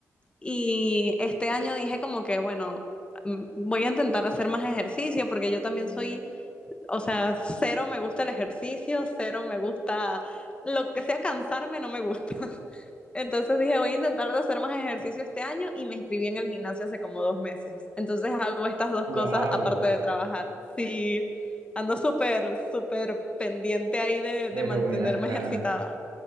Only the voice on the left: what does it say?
Y este año dije como que, bueno, mm, voy a intentar hacer más ejercicio porque yo también soy O sea, cero me gusta el ejercicio, cero me gusta lo que sea cansarme, no me gusta. <laughs> Entonces dije, voy a intentar de hacer más ejercicio este año y me inscribí en el gimnasio hace como dos meses. Entonces hago estas dos
cosas aparte de trabajar. Sí, ando súper, súper pendiente ahí de,
de mantenerme
ejercitada.